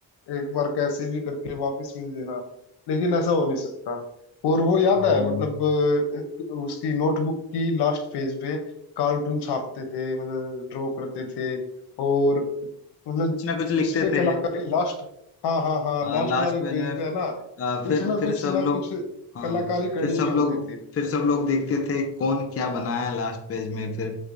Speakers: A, on the left; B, on the left.
A: एक बार कैसे भी करके वापस मिल देना लेकिन ऐसा हो नहीं सकता और वो याद
B: हाँ,
A: है मतलब अ, उसकी नोटबुक की लास्ट पेज पे कार्टून छापते थे मतलब ड्रॉ करते थे और मतलब
B: कुछ ना कुछ लिखते
A: उस पे
B: थे
A: कलाकारी लास्ट हाँ हाँ हाँ
B: आ,
A: लास्ट
B: लास्ट
A: वाले
B: पेज
A: पेज
B: में
A: पे है ना
B: आ,
A: कुछ
B: फिर
A: ना
B: फिर
A: कुछ
B: सब
A: ना
B: लोग
A: कुछ
B: हाँ
A: कलाकारी करनी
B: फिर सब
A: ही होती
B: लोग
A: थी
B: फिर सब लोग देखते थे कौन क्या बनाया लास्ट पेज में फिर